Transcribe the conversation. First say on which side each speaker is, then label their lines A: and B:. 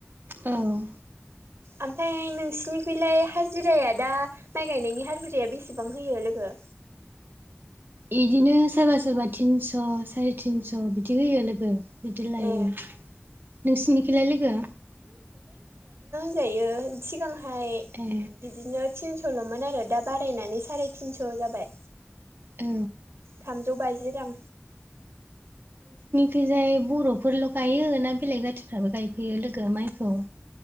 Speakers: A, on the right (about 55°); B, on the right (about 85°).
A: औ
B: ओमफ्राय नोंसिनिखैलाय हाजिराया दा माइ गायनायनि हाजिराया बेसेबां हो लोगो
A: बिदिनो सोरबा सोरबा तिनस' साराय तिनस' बिदि होयो लोगो बिदि लायो
B: ए
A: नोंसिनिखौलाय लोगो
B: बिदि होनजायो सिगांहाय
A: ए
B: बिदिनो तिनस' ल मोन आरो दा बारायनानै साराय थिनस' जाबाय
A: औ
B: थामजौ बाजि रां
A: खैजाय बर'फोरल' गायो ना बेलेग जाथिफ्राबो गायफैयो लोगो माइखौ